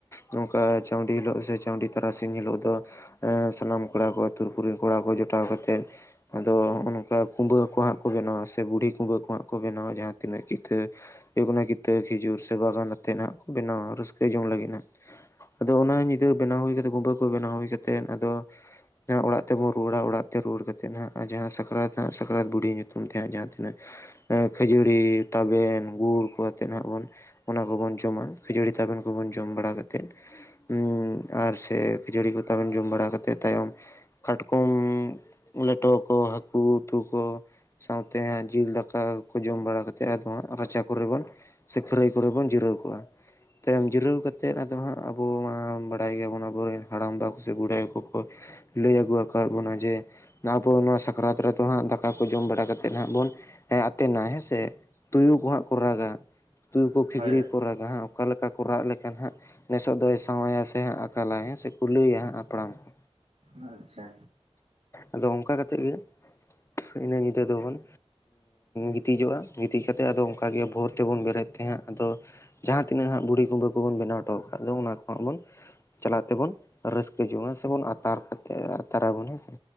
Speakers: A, on the left; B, on the right.
A: ᱱᱚᱝᱠᱟ ᱪᱟᱣᱶᱰᱤ ᱦᱤᱞᱳᱜ ᱥᱮ ᱪᱟᱹᱶᱰᱤ ᱛᱟᱨᱟᱥᱤᱧ ᱦᱤᱞᱳᱜ ᱫᱚ ᱮᱸ ᱥᱟᱱᱟᱢ ᱠᱚᱲᱟ ᱠᱚ ᱟᱹᱛᱩ ᱠᱚᱨᱮᱱ ᱠᱚᱲᱟ ᱠᱚ ᱡᱚᱴᱟᱣ ᱠᱟ ᱠᱟᱛᱮᱫ ᱟᱫᱚ ᱱᱚᱜᱚᱭ ᱱᱚᱝᱠᱟ ᱠᱩᱢᱵᱟᱹ ᱠᱚ ᱦᱟᱸᱜ ᱠᱚ ᱵᱮᱱᱟᱣᱟ ᱥᱮ ᱵᱩᱲᱦᱤ ᱠᱩᱵᱟᱹ ᱠᱚ ᱦᱟᱸᱜ ᱠᱚ ᱵᱮᱱᱟᱣ-ᱟ ᱡᱟᱦᱟᱸ ᱛᱤᱱᱟᱹᱜ ᱠᱤᱛᱟᱹ ᱦᱩᱭᱩᱜ ᱠᱟᱱᱟ ᱠᱤᱛᱟᱹ ᱠᱷᱤᱡᱩᱨ ᱥᱮ ᱵᱟᱜᱟᱱ ᱟᱛᱮᱜ ᱦᱟᱸᱜ ᱠᱚ ᱵᱮᱱᱟᱣᱟ ᱨᱟᱹᱥᱠᱟᱹ ᱡᱚᱝ ᱞᱟᱹᱜᱤᱫ ᱦᱟᱸᱜ ᱟᱫᱚ ᱚᱱᱟ ᱧᱤᱫᱟᱹ ᱵᱮᱱᱟᱣ ᱦᱩᱭ ᱠᱟᱛᱮ ᱠᱩᱢᱵᱟᱹ ᱠᱚ ᱵᱮᱱᱟᱣ ᱦᱩᱭ ᱠᱟᱛᱮᱫ ᱟᱫᱚ ᱡᱟᱦᱟᱸ ᱚᱲᱟᱜ ᱛᱮᱵᱚᱱ ᱨᱩᱣᱟᱹᱲᱟ ᱚᱲᱟᱜ ᱛᱮ ᱨᱩᱣᱟᱹᱲ ᱠᱟᱛᱮᱫ ᱦᱟᱸᱜ ᱟᱨ ᱡᱟᱦᱟᱸ ᱥᱟᱠᱨᱟᱛ ᱦᱟᱸᱜ ᱥᱟᱠᱨᱟᱛ ᱵᱩᱰᱷᱤ ᱧᱩᱛᱩᱢ ᱛᱮ ᱡᱟᱦᱟᱸ ᱛᱤᱱᱟᱹᱜ ᱠᱷᱟᱹᱡᱟᱹᱲᱤ ᱛᱟᱵᱮᱱ ᱜᱩᱲ ᱠᱚ ᱟᱛᱮᱜ ᱱᱟᱦᱜ ᱵᱚᱱ ᱚᱱᱟ ᱠᱚᱵᱚᱱ ᱡᱚᱢᱟ ᱠᱷᱟᱹᱡᱟᱹᱲᱤ ᱛᱟᱵᱮᱱ ᱠᱚᱵᱚᱱ ᱡᱚᱢ ᱵᱟᱲᱟ ᱠᱟᱛᱮᱫ ᱩᱸ ᱟᱨ ᱥᱮ ᱠᱷᱟᱹᱡᱟᱹᱲᱤ ᱠᱚ ᱛᱟᱵᱮᱱ ᱡᱚᱢ ᱵᱟᱲᱟ ᱠᱟᱛᱮᱫ ᱛᱟᱭᱚᱢ ᱠᱟᱴᱠᱚᱢ ᱞᱮᱴᱚ ᱠᱚ ᱦᱟᱹᱠᱩ ᱩᱛᱩ ᱠᱚ ᱥᱟᱶᱛᱮ ᱦᱟᱸᱜ ᱡᱤᱞ ᱫᱟᱠᱟ ᱠᱚ ᱡᱚᱢ ᱵᱟᱲᱟ ᱠᱟᱛᱮᱫ ᱟᱫᱚ ᱨᱟᱪᱟ ᱠᱚᱨᱮ ᱵᱚᱱ ᱥᱮ ᱠᱷᱟᱹᱨᱟᱹᱭ ᱠᱚᱨᱮ ᱵᱚᱱ ᱡᱤᱨᱟᱹᱣ ᱠᱚᱜᱼᱟ ᱛᱟᱭᱚᱢ ᱡᱤᱨᱟᱹᱣ ᱠᱟᱛᱮᱫ ᱟᱫᱚ ᱦᱟᱸᱜ ᱟᱵᱚ ᱢᱟ ᱵᱟᱲᱟᱭ ᱜᱮᱭᱟᱵᱚᱱ ᱟᱵᱚᱨᱮᱱ ᱦᱟᱲᱟᱢ ᱵᱟ ᱥᱮ ᱵᱩᱰᱤ ᱟᱭᱳ ᱠᱚᱠᱚ ᱞᱟᱹᱭ ᱟᱹᱜᱩ ᱟᱠᱟᱫ ᱵᱚᱱᱟ ᱡᱮ ᱟᱵᱚ ᱱᱚᱣᱟ ᱥᱟᱠᱨᱟᱛ ᱨᱮᱫᱚ ᱦᱟᱸᱜ ᱫᱟᱠᱟ ᱠᱚ ᱡᱚᱢ ᱵᱟᱲᱟ ᱠᱟᱛᱮᱜ ᱦᱟᱸᱜ ᱵᱚᱱ ᱟᱛᱮᱱᱟ ᱦᱮᱸᱥᱮ ᱛᱩᱭᱩ ᱠᱚ ᱦᱟᱸᱜ ᱠᱚ ᱨᱟᱜᱟ ᱛᱩᱭᱩ ᱠᱚ ᱠᱷᱤᱠᱲᱤ
B: ᱦᱳᱭ ᱦᱳᱭ
A: ᱠᱚ ᱨᱟᱜᱟ ᱞᱟᱦᱟ ᱚᱠᱟ ᱞᱮᱠᱟ ᱠᱚ ᱨᱟᱜ ᱞᱮᱠᱷᱟᱱ ᱦᱟᱸᱜ ᱱᱮᱥᱚᱜ ᱫᱚᱭ ᱥᱟᱶᱟᱭᱟ ᱥᱮ ᱦᱟᱸᱜ ᱟᱠᱟᱞᱟᱭ ᱦᱮᱸ ᱥᱮ ᱠᱩᱞᱟᱹᱭᱟ ᱦᱟᱸᱜ ᱦᱟᱯᱲᱟᱢ ᱠᱚ
B: ᱟᱪᱪᱷᱟ
A: ᱟᱫᱚ ᱚᱱᱠᱟ ᱠᱟᱛᱮᱫ ᱜᱮ ᱤᱱᱟᱹ ᱧᱤᱫᱟᱹ ᱫᱚᱵᱚᱱ ᱜᱤᱛᱤᱡᱚᱜᱼᱟ ᱜᱤᱛᱤᱡ ᱠᱟᱛᱮᱜ ᱟᱫᱚ ᱚᱱᱠᱟᱜᱮ ᱵᱷᱳᱨ ᱛᱮᱵᱚᱱ ᱵᱮᱨᱮᱫ ᱛᱮᱦᱟᱸᱜ ᱟᱫᱚ ᱡᱟᱦᱟᱸ ᱛᱤᱱᱟᱹᱜ ᱦᱟᱸᱜ ᱵᱩᱲᱦᱤ ᱠᱩᱢᱵᱟᱹ ᱠᱚᱵᱚᱱ ᱵᱮᱱᱟᱣ ᱦᱚᱴᱚ ᱟᱠᱟᱫ ᱫᱚ ᱚᱱᱟ ᱠᱚ ᱦᱟᱸᱜ ᱵᱚᱱ ᱪᱟᱞᱟᱜ ᱛᱮᱵᱚᱱ ᱨᱟᱹᱥᱠᱟᱹ ᱡᱚᱝᱼᱟ ᱥᱮᱵᱚᱱ ᱟᱛᱟᱨ ᱠᱟᱛᱮ ᱟᱛᱟᱨ ᱟᱵᱚᱱ ᱦᱮᱸ ᱥᱮ